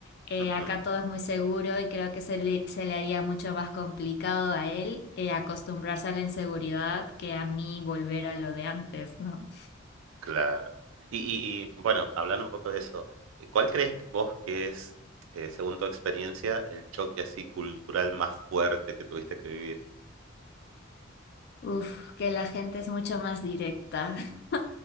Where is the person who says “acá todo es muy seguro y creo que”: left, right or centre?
Left